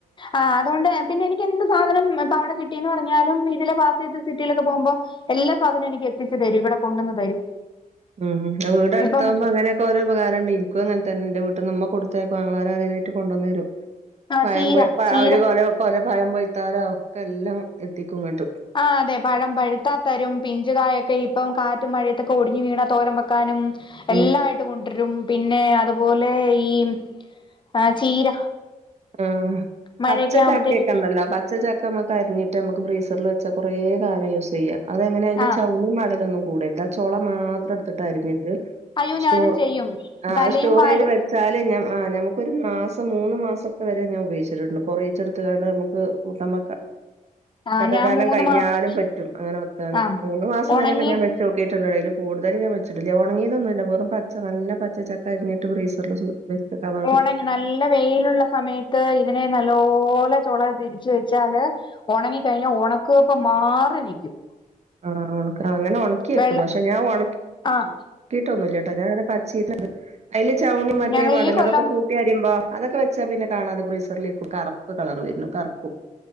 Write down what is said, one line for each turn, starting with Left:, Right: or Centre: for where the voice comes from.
Left: ആഹ് അതുകൊണ്ട് പിന്നെ എനിക്ക് എന്ത് സാധനം ഇപ്പൊ അവിടെ കിട്ടിന്ന് പറഞ്ഞാലും ഇതിലെ പാസെയ്ത് സിറ്റിയിലൊക്കെ പോകുമ്പോ എല്ലാ സാധനവും എനിക്ക് എത്തിച്ചു തരും ഇവിടെ കൊണ്ടുവന്ന് തരും
Right: ഉം ഉം വീടെ അടുത്താവുമ്പോ
Left: ഇപ്പം
Right: അങ്ങനെ ക്കെ ഓരോ ഉപകാരണ്ട് എനിക്കുംങ്ങനതന്നെ എന്റെ വീട്ട്ന്ന്മ്മ കൊടുത്തയ്ക്കും ആങ്ങളാര് ആരെയിലട്ട് കൊണ്ടന്ന് തരും
Left: ആ
Right: പയം
Left: ചീര
Right: പൊയ്
Left: ചീര
Right: ഒരു കൊല കൊല പയം പൊയ്ത്താല ഒക്കെ എല്ലാം എത്തിക്കും ഇങ്ങോട്ട്
Left: ആഹ് അതെ പഴം പഴുത്ത തരും പിഞ്ചുകായൊക്കെ ഇപ്പം കാറ്റും മഴയത്തൊക്കെ ഒടിഞ്ഞ് വീണ തോരമ്പ ക്കാനും
Right: ഉം
Left: എല്ലായി ട്ട കൊണ്ടരും പിന്നെ അതുപോലെ ഈ ആ ചീര
Right: ഉം
Left: മഴയൊക്കെ
Right: പച്ച
Left: ആവുമ്പോത്തേക്കും
Right: ചക്കിയൊക്കെണ്ടല്ലോ പച്ചച്ചക്ക ക്കെ നമക്ക് അരിഞ്ഞട്ട് നമുക്ക് ബ്രീസറിൽ വച്ചാ കുറേ കാലം യൂസ് ചെയ്യാം അതെങ്ങനെ അതിന്റെ
Left: ആഹ്
Right: ചൗണി മടലൊന്നും കൂടരുത് ആ ചോള മാത്രം എടുത്തിട്ട് അരിഞ്ഞിട്ട്
Left: അയ്യോ
Right: സ്റ്റോർ
Left: ഞാനും ചെയ്യും
Right: ആ
Left: തലയും
Right: സ്റ്റോർ
Left: വാലും
Right: ചെയ്ത് വെച്ചാല് ഞമ ഞമക്കൊരു മാസം മൂന്ന് മാസം വരെ ഞാൻ ഉപയോഗിച്ചിട്ടുണ്ട് കുറേച്ചെടുത്ത് കാണ്ട് നമുക്ക് കൂട്ടവെക്കാം
Left: ആഹ്
Right: ചക്കക്കാലം
Left: ഞാൻ മൂന്ന്
Right: കഴിഞ്ഞാലും
Left: മാസം
Right: പറ്റും അങ്ങനെ വെക്കാണ്
Left: ആഹ്
Right: മൂന്നു മാസം
Left: ഉണങ്ങി
Right: വരെെയൊക്കെ ഞാൻ വെ ചോക്കിയിട്ടുണ്ട അയില് കൂടുതൽ ഞാൻ വെച്ചിട്ടില്ല ഒണങ്ങിയതൊന്നുമില്ല വെറും പച്ച നല്ല പച്ചക്ക അരിഞ്ഞട്ട്ഫ്രീസർല് സൂ ക്ക് കവ
Left: ഒണങ്ങി നല്ല വെയിലുള്ള സമയത്ത് ഇതിനെ നല്ലോല ചോള തിരിച്ച് വെച്ചാല് ഒണങ്ങിക്കഴിഞ്ഞ ഒണക്ക് കപ്പ മാറി നിൽക്കും
Right: ആഹ് ഒണക്ക അങ്ങനെ ഒണക്കിയക്കും
Left: വെള്ള
Right: പക്ഷെ ഞാൻ ഒണ
Left: ആഹ്
Right: കിട്ടൊന്നുമല്ല. കേട്ടോ ഞാനടെ പച്ചി അതില് ചവണി മറ്റേ
Left: ഞങ്ങള്
Right: മടൽ
Left: ഈ കൊല്ലം
Right: അതൊക്കെ കൂട്ട കുട്ട അയുമ്പോ അതൊക്കെ വെച്ചാ പിന്നെണാതെ ബ്രീസറിലേക്ക് കറപ്പ് കളർ വരുന്നു. കറപ്പും